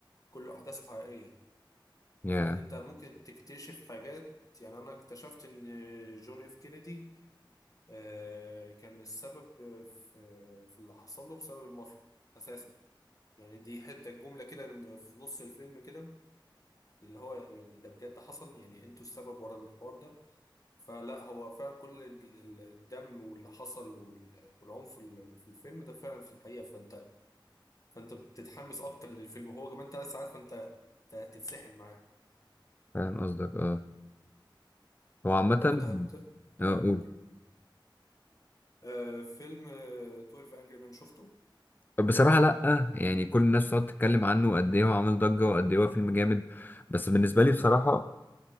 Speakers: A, on the left; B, on the left.
A: كل احداثه حقيقيه
B: يا
A: فانت ممكن تكتشف حاجات يعني انا اكتشفت ان جون اف كينيدي آه، كان السبب في في اللي حصل له بسبب المافيا اساسا يعني دي حته جمله كده في نص الفيلم كده اللي هو يعني ده بجد حصل يعني انتوا السبب ورا الحوار ده فلا هو فعلا كل ال- ال- الدم واللي حصل وال- والعنف ال- في الفيلم ده فعلا في الحقيقة فانت فانت بتتحمس اكتر للفيلم هو كمان ثلاث ساعات فانت أنت هتتسحل معاه
B: فاهم قصدك اه هو عامة
A: طب انت هت
B: اه
A: اه
B: قول
A: قول آه فيلم آه 12 انجري مان شفته
B: بصراحة لأ يعني كل الناس بتقعد تتكلم عنه قد إيه هو عامل ضجة وقد إيه هو فيلم جامد بس بالنسبة لي بصراحة